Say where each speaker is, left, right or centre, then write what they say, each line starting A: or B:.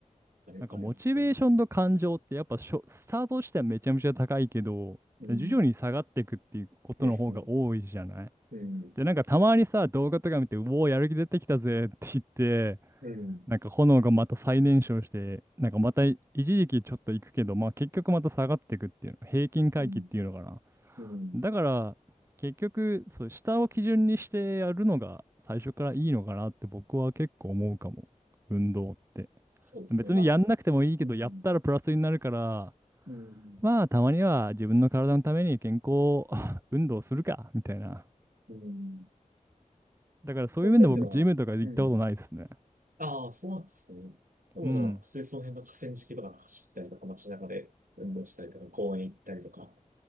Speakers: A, on the right (about 90°); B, on the right (about 20°).
A: あり、
B: なんかモチベーションと感情ってやっぱしょスタートしてはめちゃめちゃ高いけど、
A: ありますよね。うん。
B: 徐々に下がっていくっていうことの方が多いじゃない
A: ですね。うん。
B: で、なんかたまにさ、動画とか見て、うおー、やる気出てきたぜって言って、
A: うん。
B: なんか炎がまた再燃焼して、なんかまた一時期ちょっと行くけど、まあ結局また下がっていくっていうの、平均回帰っていうのかな。
A: うん。うん。
B: だから結局、そう、下を基準にしてやるのが最初からいいのかなって僕は結構思うかも、運動って。
A: そうですね。
B: 別にやんなくてもいいけど、
A: まあ、うん。
B: やったらプラスになるから、
A: うん。
B: まあたまには自分の体のために健康 <laughs> 運動するか、みたいな。
A: うん。
B: だからそういう面で僕、
A: その点では、
B: ジムとか行ったことないですね。
A: うん。ああ、そうなんですね。でもじゃあ、
B: うん。
A: 普通にその辺の河川敷とか走ったりとか、街中で運動したりとか、公園行ったりとか、